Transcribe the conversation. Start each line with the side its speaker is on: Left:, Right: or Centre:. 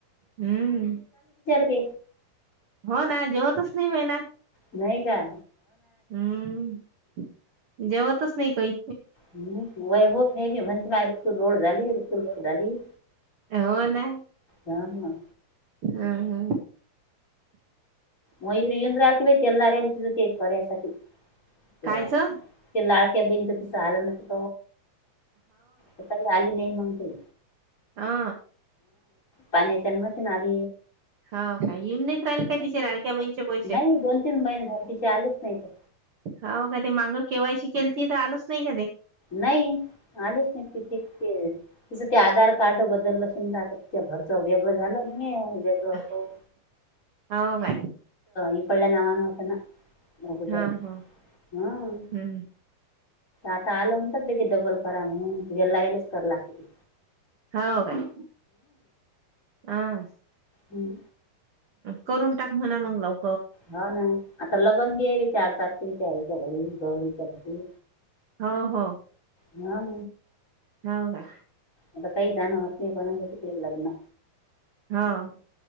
Right: हम्म.
Left: ते.
Right: हो ना जेवतच नाही महिना.
Left: नाही काय.
Right: हम्म जेवतच नाही कही.
Left: हम वय हो नाहीेमीी म्हणते माझ ऋतू लोड झाली ऋतू लोड झाली.
Right: हो ना.
Left: ह हा.
Right: हम हम.
Left: मयुर यंद आती बाय तेलरती पर्यासाठी तेला.
Right: कायच हो
Left: क्या बन तर तसं आलं ना त त काही आली नाही मग ते.
Right: हा.
Left: पाण्याच्यान्मशन आध.
Right: हा काय येऊन नाहीत राहिल काय तिचे राहि. ब पैसे
Left: नाही दोन तीन महिने झाले तिचे आलेच नाही तर
Right: हो का ते माग. केव्हाशी केली ती तर आलच नाही कधे.
Left: नाही आलेच नाही ति ते तिचं ते आधार कार्ड बदललं असून ज. घरच वेगळं झालं नाही वेगळं
Right: हा
Left: होत.
Right: हो काय
Left: इ पल्याला नावान वात ना. अगोदर
Right: हा हा
Left: हं
Right: हम्म.
Left: आता आलं म्हणताात बेट डबल करा म्ह त गलाेलेच कर लागते त.
Right: हो काय. हह.
Left: हम्म.
Right: करून टाक म्हणा मग लाव.
Left: होा ना आता लगन घे रे चार पाच तरीच्या आईच्या घरी गौरीच्या घरी.
Right: हो हो.
Left: हा....
Right: हो का...
Left: आता काही जाणंवत नाही पण हे चुकले लग्न....
Right: हा....